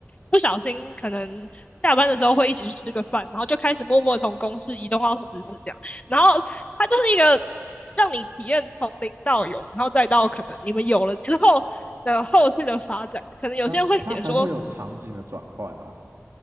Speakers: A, on the left; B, on the right.
A: 不小心，可能下班的时候会一起去吃个饭，然后就开始默默从公事移动到私事这样，然后他就是一个。让你体验从零到有，然后再到可能你们有了之后的后续的发展。可能有些人会写说，
B: 那他还会有场景的转换哦，